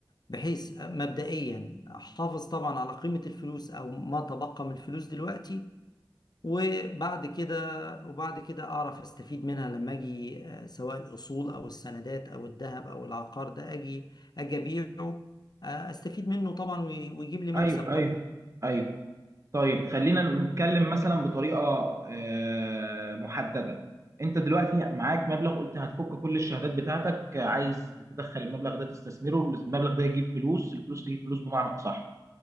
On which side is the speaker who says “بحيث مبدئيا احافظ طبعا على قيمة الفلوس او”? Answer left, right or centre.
Left